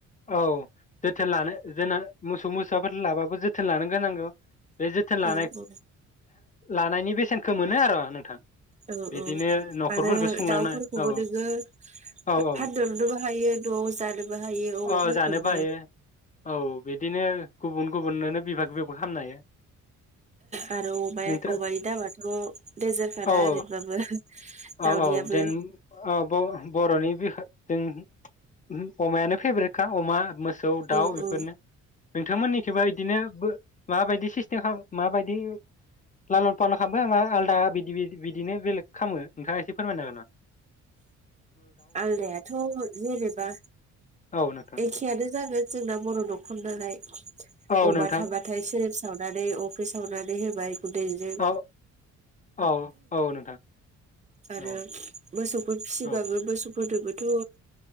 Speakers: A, on the left (about 25°); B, on the right (about 25°).
A: औ जोथोन लानो जोंना मोसौ मोस साफोर लाबाबो जोथोन लानो गोनांगौ बे जोथोन लानाय
B: औ औ
A: लानायनि बेसेनखौ मोनो आर' नोंथां
B: औ
A: बिदिनो
B: औ
A: न'खरफोरखौ
B: आरो
A: सुंलांनाय
B: दाउफोरखौबो
A: औ
B: नोङो फा-फानहरनोबो
A: औ औ नोंथां
B: हायो न' जानोबो हायो अमाफोरखौबो
A: औ जानोबो हायो औ बिदिनो गुबुन गुबुननोनो बिभाग बिभाग खालामामनो हायो
B: आरो अमाया
A: नोंथां
B: अमानि दामाथ' देनजारखा दा
A: औ
B: ओरैबाबो
A: औ
B: दावदैआबो
A: औ जेन औ बर'नि बिखा जों अमायानो फेभरेटखा अमा आरो मो सौ दाउ
B: औ
A: बेफोरनो
B: औ
A: नोंथांमोननिथिंबो बिदिनो बो माबायदि सिस्टेम खालाम माबायदि लालन फालन खालामो ना आलदा बिदि बिदि बिदिनो बेलेग खामो नोंथाङा एसे फोरमायनो हागोन ना?
B: आलदायाथ' जेनोबा
A: औ नोंथां
B: एखेयानो जागोन जोंना बर' न'खर नालाय
A: औ
B: अमा
A: नोंथां
B: थाबाथाय सेरब सावनानै अफ्रि सावनानै होबाय गुन्दैजों
A: औ औ औ नोंथां।
B: आरो
A: औ
B: मोसौफोर फिसिबाबो
A: औ
B: मोसौ गोदोबोथ'